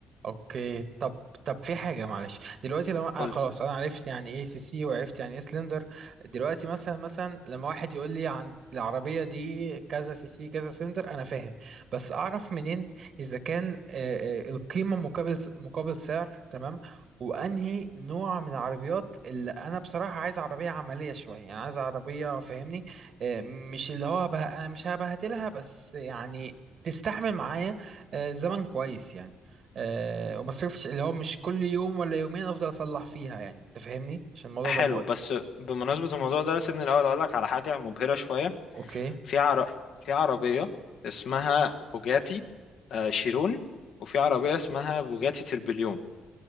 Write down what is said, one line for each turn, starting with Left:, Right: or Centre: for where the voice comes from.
Right: اوكي طب طب في حاجه معلش دلوقتي لو انا
Left: قول
Right: خلاص انا عرفت يعني ايه سي سي وعرفت يعني ايه سلندر دلوقتي مثلا مثلا لما واحد يقول لي عن العربيه دي كذا سي سي كذا سلندر انا فاهم بس اعرف منين اذا كان آه، آه، القيمه مقابل مقابل سعر تمام وانهي نوع من العربيات اللي انا بصراحه عايز عربيه عمليه شويه يعني عايز عربيه فاهمني آه، مش اللي هو بقى مش هبهدلها بس يعني تستحمل معايا آه، زمن كويس يعني أه وما صرفش اللي هو مش كل يوم ولا يومين افضل اصلح فيها يعني انت فاهمني عشان الموضوع
Left: حلو
Right: ده مقرف
Left: بس بمناسبه الموضوع ده سيبني الاول اقول لك على حاجه مبهره شويه
Right: اوكي
Left: في عر... في عربيه اسمها بوجاتي آه، شيرون وفي عربيه اسمها بوجاتي تربليون